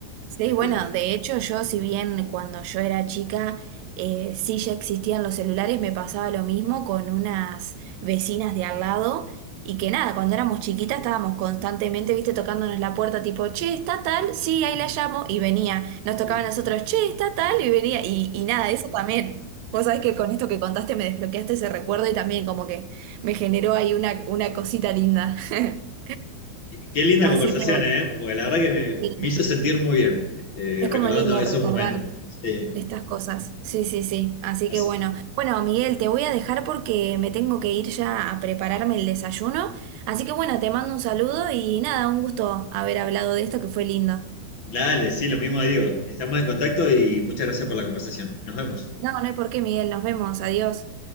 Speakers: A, on the right; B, on the left.
A: Sí,
B: Este,
A: bueno, de hecho yo, si bien cuando yo era chica eh, sí ya existían los celulares, me pasaba lo mismo con unas vecinas de al lado y que nada, cuando éramos chiquitas estábamos constantemente, viste, tocándonos la puerta tipo, che, está tal, sí, ahí
B: <laughs>
A: la llamo y venía, nos tocaban
B: qué,
A: a nosotros, che, está tal y venía y, y nada, eso también. Vos sabés que con esto que contaste me desbloqueaste ese recuerdo y también como que me generó ahí una, una cosita linda. <laughs>
B: qué linda
A: Así
B: conversación,
A: que
B: ¿eh? Pues la verdad que me,
A: sí,
B: me hizo sentir muy bien, este,
A: es
B: recordando
A: como lindo
B: esos
A: recordar.
B: momentos. Sí.
A: de estas cosas. Sí, sí, sí. Así
B: Así,
A: que bueno. Bueno, Miguel, te voy a dejar porque me tengo que ir ya a prepararme el desayuno. Así que bueno, te mando un saludo y nada, un gusto haber hablado de esto que fue lindo.
B: Dale, sí, lo mismo digo. Estamos en contacto y muchas gracias por la conversación. Nos vemos.
A: No, no hay por qué, Miguel. Nos vemos. Adiós.